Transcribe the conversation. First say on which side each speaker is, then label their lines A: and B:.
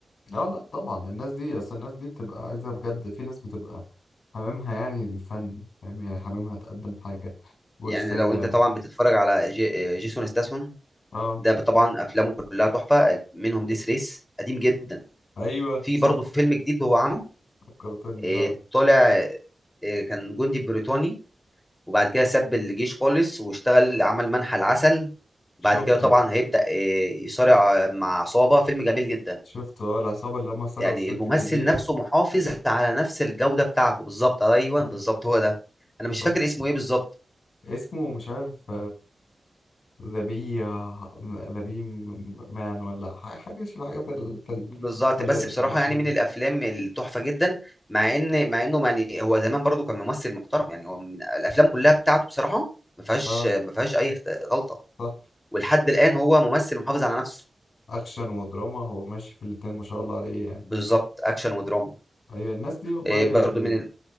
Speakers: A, on the left; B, on the left.
A: لا لا طبعا الناس دي أصل الناس دي بتبقى عايزة بجد في ناس بتبقى حمامها يعني الفن فاهم يعني حمامها تقدم حاجة ورسالة
B: يعني لو انت
A: و...
B: طبعا بتتفرج على جي... آه، جيسون ستاثام
A: اه
B: ده طبعا افلامه كلها تحفه منهم ديس ريس قديم جدا
A: أيوه
B: في
A: صح
B: برضه فيلم جديد هو عامله
A: فكرتني
B: آه،
A: اه
B: طالع آه، كان جندي بريطاني وبعد كده ساب الجيش خالص واشتغل عمل منحى العسل وبعد
A: شفته
B: كده طبعا هيبدأ آه، يصارع آه، مع عصابة فيلم جميل جدا
A: شفته اه العصابة اللي هم سرقوا
B: يعني
A: الست
B: الممثل
A: كبيرة
B: نفسه محافظ على نفس الجودة بتاعته بالظبط ايوه
A: صح
B: بالظبط هو ده انا
A: صح
B: مش فاكر اسمه ايه بالظبط
A: اسمه مش عارف ذا بي ذا بي مان ولا ح- حاجة شبه حاجة في ال في ال
B: بالظبط
A: في ال
B: بس بصراحة
A: في ال
B: يعني من
A: ده
B: الافلام التحفة جدا مع ان مع انه يعني هو زمان برضو كان ممثل محترم يعني هو من الافلام كلها بتاعته بصراحة ما فيهاش
A: اه
B: ما فيهاش اي اخت- غلطة
A: صح
B: ولحد الان هو ممثل محافظ على نفسه
A: وأكشن ودراما هو ماشي في الاتنين ما شاء الله عليه يعني
B: بالظبط اكشن ودراما
A: أيوة الناس دي والله
B: إيه برضو من ال-